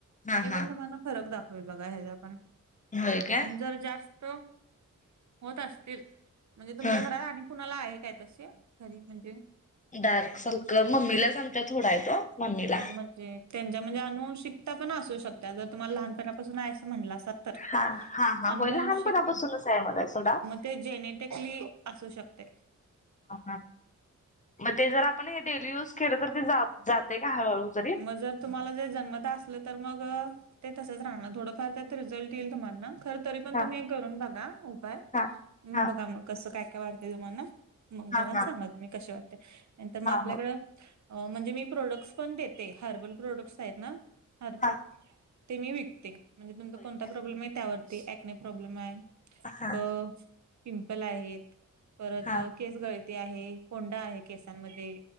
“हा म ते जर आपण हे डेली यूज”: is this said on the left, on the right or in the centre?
Left